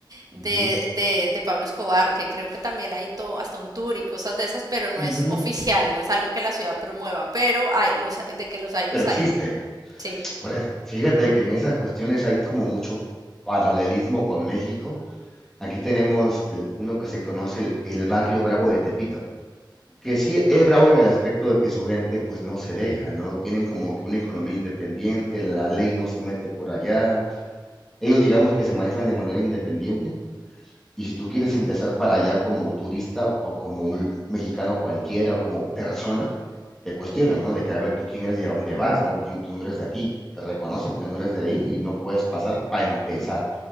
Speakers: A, on the right; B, in the centre.
A: de,
B: ujú,
A: de, de Pablo Escobar, que creo que también hay todo, hasta un tour y cosas de esas, pero no
B: ujú,
A: es oficial, no es algo que la ciudad promueva, pero hay, los, de que los hay, los
B: Pero existe.
A: hay, sí.
B: Ahora, fíjate que en esas cuestiones hay como mucho paralelismo con México. Aquí tenemos el- uno que se conoce, el, el Barrio Bravo de Tepito. que sí es bravo en el aspecto de que su gente pues no se deja, ¿no? Tienen como que una economía independiente, la ley no se mete por allá, ellos digamos que se manejan de manera independiente y si tú quieres ingresar para allá como turista o, o como un mexicano cualquiera o como persona, te cuestionan, ¿no? De que a ver tú quién eres y a dónde vas, ¿no? ¿Quién, tú no eres de aquí, te reconocen que no eres de ahí y no puedes pasar para empezar